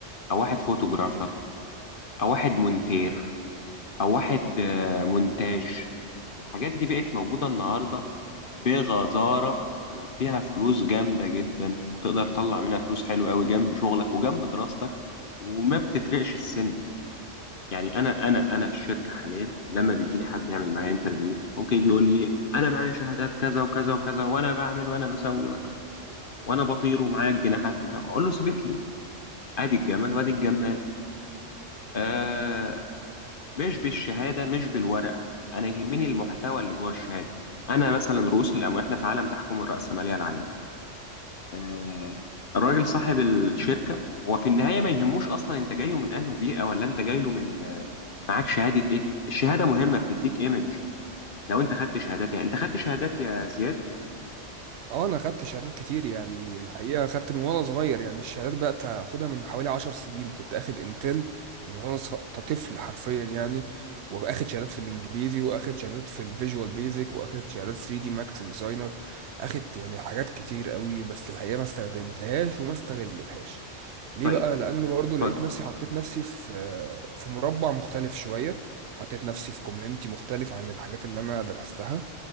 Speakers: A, on the left; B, on the right.
A: أو واحد فوتوجرافر أو واحد مونتير او واحد آه، مونتاج الحاجات دي بقت موجودة النهاردة بغزارة وفيها فلوس جامدة جدا وتقدر تطلع منها فلوس حلوة قوي جنب شغلك وجنب دراستك وما بتفرقش السن يعني انا انا انا في الشركة حاليا لما بيجي لي حد يعمل معايا انترفيو ممكن يجي يقول لي انا معايا شهادات كذا وكذا وكذا وانا بعمل وانا بسوي وانا وانا وانا بطير ومعايا الجناحات ومش عارف إيه. اقول له اثبت لي ادي الجمل وادي الجمال آه، مش بالشهاده مش بالورقه انا يهمني المحتوى اللي جوه الشهاده انا مثلا رؤوس الاموال احنا في عالم تحكم الرأسماليه العالميه آه الراجل صاحب الشركه هو في النهايه ما يهموش اصلا انت جايه من انهي بيئه ولا انت جاي له من آه، معاك شهاده ايه الشهاده مهمه بتديك ايمج لو انت خدت شهادات يعني انت خدت شهادات يا زياد
B: اه انا خدت شهادات كتير يعني الحقيقه خدت من وانا صغير يعني الشهادات بقت اخدها من حوالي عشر سنين كنت اخد انتل من وانا صغ- طفل حرفيا يعني واخد شهادات في الانجليزي واخد شهادات في الفيجوال بيزك واخد شهادات 3 دي ماكس ديزاينر اخد يعني حاجات كتير قوي بس الحقيقه ما استخدمتهاش وما استغلتهاش ليه
A: طيب
B: بقى لان برضو
A: اتفضل
B: لقيت نفسي حطيت نفسي في في مربع مختلف شويه حطيت نفسي في كوميونتي مختلف عن الحاجات اللي انا درستها